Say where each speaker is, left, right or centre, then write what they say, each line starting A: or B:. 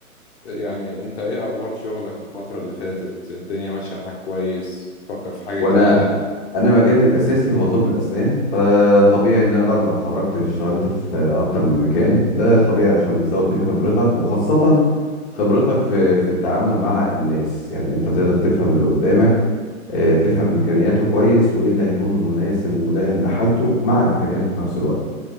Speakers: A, on the left; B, on the left.
A: يعني أنت إيه أخبار شغلك الفترة اللي فاتت الدنيا ماشية معاك كويس تفكر في حاجة
B: وانا
A: جديدة
B: انا مجالي الاساسي هو طب الاسنان فطبيعي ان انا بعد ما اتخرجت اشتغلت في اكتر من مكان ده طبيعي عشان بتزود بيه خبرتك وخاصة خبرتك في في التعامل مع الناس يعني انت تقدر تفهم اللي قدامك آه، تفهم امكانياته كويس وايه اللي هيكون مناسب وملائم لحالته مع امكانياته في نفس الوقت